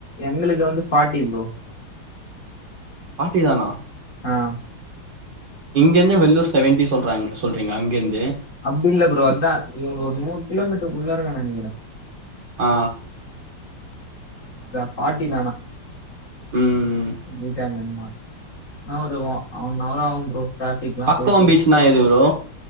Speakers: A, on the left; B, on the right.
A: எங்ளுக்கு வந்து ஃபாட்டி ப்ரோ
B: ஃபாட்டி தானா
A: ஆ
B: இங்கிருந்து வெள்ளூர் செவன்ட்டி சொல்றாங்க சொல்றிங்க அங்கிர்ந்
A: அப்டி இல்ல ப்ரோ அதா ஒரு நூறு கிலோமீட்ருக்குள்ளாரதா நெனைக்கற
B: ஆ
A: அதா பாட்டி தானா
B: ம் ம்
A: வந்டாங்ள மா என்ன ஒரு ஓ அவரு நாளாகும் ப்ரோ டிராபிக்லா
B: பக்கோம்
A: போயிட்டு
B: பீஸ்னா எது ப்ரோ